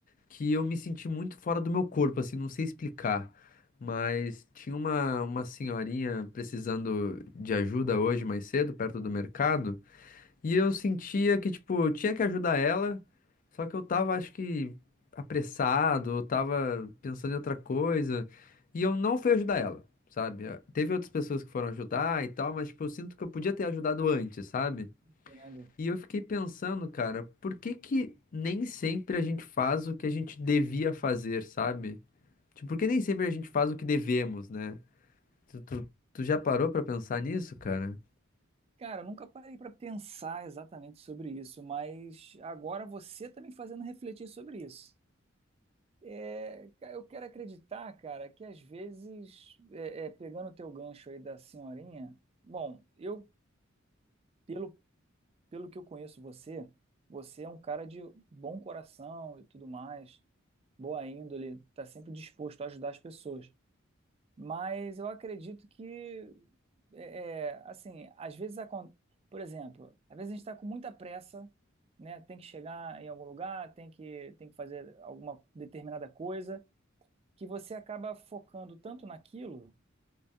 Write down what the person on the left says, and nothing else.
que eu me senti muito fora do meu corpo, assim, não sei explicar. Mas tinha uma, uma senhorinha precisando de ajuda hoje mais cedo, perto do mercado. E eu sentia que, tipo, eu tinha que ajudar ela, só que eu tava, acho que, apressado, eu tava pensando em outra coisa, e eu não fui ajudar ela, sabe? Ah, Teve outras pessoas que foram ajudar e tal, mas, tipo, eu sinto que eu podia ter ajudado antes, sabe?
E eu fiquei pensando, cara, por que que nem sempre a gente faz o que a gente devia fazer, sabe? Tipo, por que nem sempre a gente faz o que devemos, né? Tu, tu, tu já parou pra pensar nisso, cara?